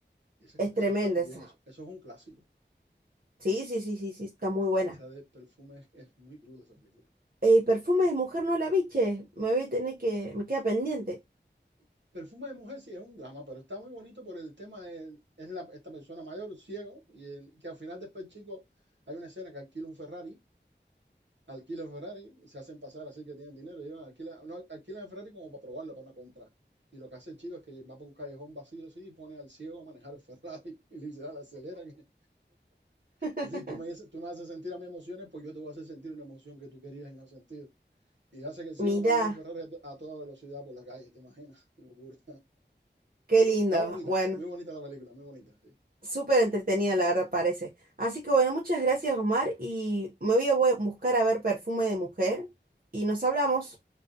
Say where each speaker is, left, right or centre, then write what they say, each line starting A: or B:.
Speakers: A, on the right; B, on the right.
A: esa
B: Es
A: esa
B: tremenda
A: está muy
B: esa.
A: bien, eso, eso es un clásico,
B: Sí, sí, sí, sí, sí, está muy buena.
A: esa de perfume es, es muy cruda esa película.
B: El perfume de mujer no la biche. Me voy a tener que, me queda pendiente.
A: Perfume de mujer sí es un drama, pero está muy bonito por el tema de, es la, esta persona mayor, ciego, y el- que al final después, chico, hay una escena que alquila un Ferrari, alquila un Ferrari, y se hacen pasar así que tienen dinero, llevan, alquila, no, alquilan el Ferrari como para probarlo, para una compra. Y lo que hace el chico es que va por un callejón vacío así y pone al ciego a manejar el Ferrari <laughs> y le dice, dale, acelera. que-".
B: <laughs>
A: Es decir, tú me, dices- tú me haces sentir a mis emociones, pues yo te voy a hacer sentir una emoción que tú querías y no has sentido. Y hace que el ciego
B: Mirá,
A: maneje un Ferrari a to- a toda velocidad por la calle, ¿te imaginas? <laughs> Locura.
B: qué lindo.
A: Está bonita,
B: Bueno,
A: muy bonita la película, muy bonita. sí.
B: súper entretenida la verdad parece. Así que bueno, muchas gracias Omar y me voy a bu- buscar a ver perfume de mujer y nos hablamos.